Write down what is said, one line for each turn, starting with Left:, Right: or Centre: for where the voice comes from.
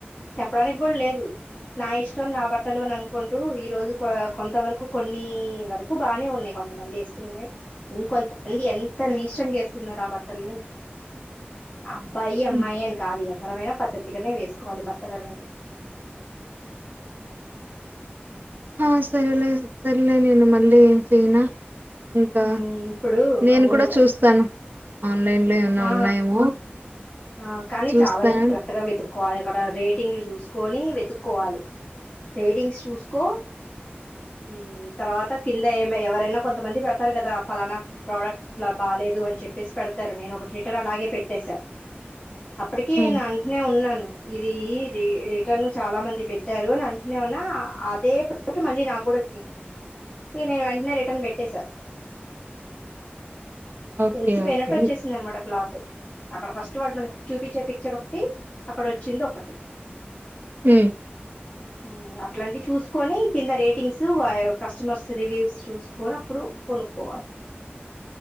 Left: చెప్పడానికి కూడా లేదు నా ఇష్టం నా బట్టలు అని అనుకుంటూ ఈ రోజు కొంత వరకు కొన్ని వరకు బాగానే ఉన్నాయి కొంతమంది వేసుకునే కాయి ఇంకొంతమంది ఎంత నీచంగా వేస్తున్నారు ఆ బట్టల్ని అబ్బాయి అమ్మాయి
Right: హ్మ్.
Left: అని కాదు ఎవ్వరమైనా పద్ధతి గానే వేసుకోవాలి బట్టలనేవి
Right: ఆ సరలే సరిలే నేను మళ్ళీ చేయనా ఇంకా
Left: ఉమ్, ఇప్పుడు
Right: నేను
Left: అవును
Right: కూడా చూస్తాను ఆన్లైన్ లో ఏమన్నా
Left: ఆ
Right: ఉన్నాయేమో
Left: ఆ కానీ
Right: చూస్తాం
Left: చాలా జాగ్రత్తగా వెతుకుని అది అక్కడ రేటింగ్లు చూసుకొని వెతుక్కోవాలి రేటింగ్స్ చూసుకో మ్ తర్వాత కింద ఏ ఎవరైనా కొంతమంది పెడతారు కదా ఫలానా ప్రోడక్ట్ లా బాగా లేదు అని చెప్పేసి పెడతారు నేను ఒకటి రిటర్న్ అలాగే పెట్టేశా అప్పటికి నేను
Right: హ్మ్
Left: అంటనే ఉన్నాను ఇదీ రిటర్న్ చాలా మంది పెట్టారు అని అంటునే ఉన్నా అదే పొరపాటు మళ్ళీ నాకు కూడా నేను వెంటనే రిటర్న్ పెట్టసా
Right: ఓకే
Left: ఎలిసిపోయినట్టు
Right: ఓకే
Left: వచ్చేసిందనమాట క్లాత్ అక్కడ ఫస్ట్ వాడు మనకు చూపించే పిక్చర్ ఒకటి అక్కడ వచ్చింది ఒకటి
Right: మ్
Left: మ్ అట్లాంటివి చూసుకొని కింద రేటింగ్స్ కస్టమర్స్ రివ్యూస్ చూసుకోని అప్పుడు కొనుక్కోవాలి